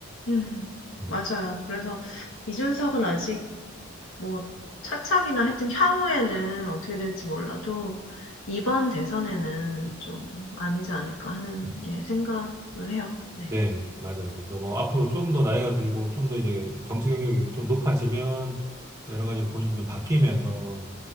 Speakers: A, on the left; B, on the right.
A: 음,
B: 음.
A: 맞아요. 그래서 이준석은 아직 뭐 차착이나 하여튼 향후에는 어떻게 될지 몰라도 이번 대선에는 좀 아니지 않을까 하는,
B: 음.
A: 예, 생각을 해요. 네.
B: 네, 맞아요. 그래서 뭐 앞으로 좀 더 나이가 들고 좀 더 이제 정치 경력이 좀 높아지면 여러 가지로 본인도 좀 바뀌면서